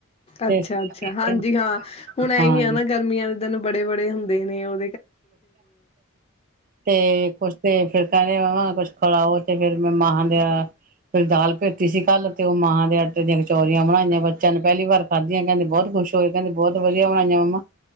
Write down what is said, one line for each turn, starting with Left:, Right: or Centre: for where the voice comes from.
Left: ਅੱਛਾ--ਅੱਛਾ
Right: ਤੇ ਇਸ ਕਰਕੇ
Left: ਹਾਂਜੀ ਹਾਂ ਹੁਣ ਐਹੀ
Right: ਹਾਂਜੀ
Left: ਆ ਨਾ ਗਰਮੀਆਂ। ਤਨ ਬੜੇ--ਬੜੇ ਹੁੰਦੇ ਨੇ ਉਹ
Right: ਤੇ ਕੁੱਛ ਦੇ <unintelligible> ਤੇ ਫਿਰਕਹਿੰਦੇ ਮੰਮ, ਕੁਛ ਖਲਾਓ, ਤੇ ਫੇਿਰ ਮੈਂ ਮਹਾਂ ਦੀ ਦਾਲ ਭੇਤੀਸੀਕੱਲ, ਤੇ ਉਹ ਮਾਹਾਂ ਦੇ ਆਟੇ ਦੀਆਂ ਕਚੋਰੀਆਂ ਬਣਾਈਆਂ, ਬੱਚਿਆਂ ਨੇ ਪਹਿਲੀ ਵਾਰ ਖਾਧੀਆਂ। ਕਹਿੰਦੇ ਬਹੁਤ ਖੁਸ਼ ਹੋਏ ਕਹ ਬਹੁਤ ਵਧੀਆ ਬਣਾਈਆਂ ਮੰਮ।